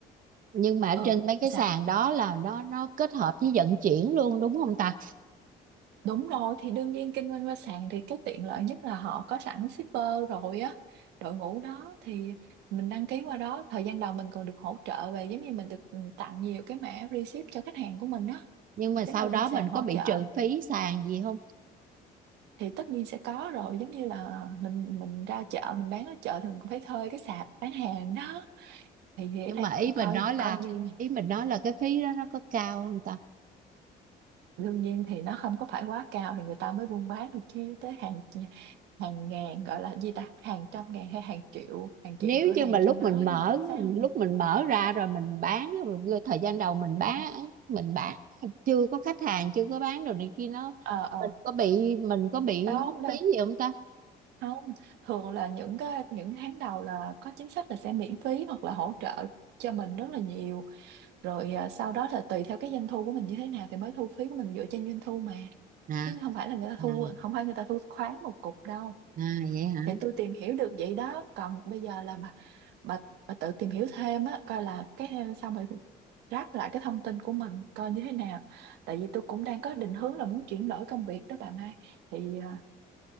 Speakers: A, on the right; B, on the right.
A: nhưng mà
B: ừ
A: trên mấy cái
B: sao
A: sàn đó là nó nó kết hợp với vận chuyển luôn đúng không ta
B: đúng rồi thì đương nhiên kinh doanh qua sàn thì cái tiện lợi nhất là họ có sẵn shipper rồi á đội ngũ đó thì mình đăng ký qua đó thời gian đầu mình còn được hỗ trợ về giống như mình được ừ, tặng nhiều cái mã receipt cho khách hàng của mình á
A: nhưng mà
B: mình cái
A: sau
B: đó là
A: đó
B: bên sàn
A: mình
B: hỗ
A: có bị
B: trợ
A: trừ phí sàn gì không
B: thì tất nhiên sẽ có rồi giống như là mình mình ra chợ mình bán ở chợ thì mình cũng phải thuê cái sạp bán hàng đó thì
A: nhưng
B: ở đây
A: mà
B: cũng
A: ý
B: coi
A: mình nói là
B: coi như
A: ý mình nói là cái phí đó nó có cao không ta
B: đương nhiên thì nó không có phải quá cao thì người ta mới buôn bán được chứ tới hàng hàng ngàn gọi là gì ta hàng trăm ngàn hay hàng triệu hàng triệu
A: nếu
B: cửa hàng
A: như mà lúc
B: trên đó
A: mình mở
B: không chính xác là gì
A: lúc mình mở ra rồi mình bán rồi thời gian đầu mình bán
B: ừ.
A: mình bán chưa có khách hàng chưa có bán đồ này kia nó
B: ờ ờ
A: mình có bị mình có bị
B: đâu
A: mất
B: đâu
A: phí gì không ta
B: không thường là những cái những tháng đầu là có chính sách là sẽ miễn phí hoặc là hỗ trợ cho mình rất là nhiều rồi à, sau đó là tùy theo cái doanh thu của mình như thế nào thì mới thu phí của mình dựa trên doanh thu mà
A: à
B: chứ không phải là người ta
A: à,
B: thu không phải người ta thu khoán một cục đâu
A: à vậy hả
B: thì tôi tìm hiểu được vậy đó còn bây giờ là bà bà, bà tự tìm hiểu thêm á coi là cái xong rồi ráp lại cái thông tin của mình coi như thế nào tại vì tôi cũng đang có định hướng là muốn chuyển đổi công việc đó bà Mai thì à,